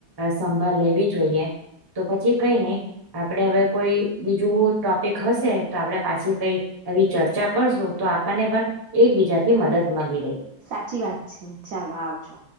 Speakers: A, on the right (about 35°); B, on the right (about 80°).
A: સંભાળ લેવી જોઈએ. તો પછી કંઇ નહીં આપ પણે હવે કોઈ બીજું ટોપિક હશે તો આપણે પાછી કઈ આવી ચર્ચા કરશું. તો આપણને પણ એકબીજાથી મદદ મલી રે.
B: સાચી વાત છે. ચાલો આવજો.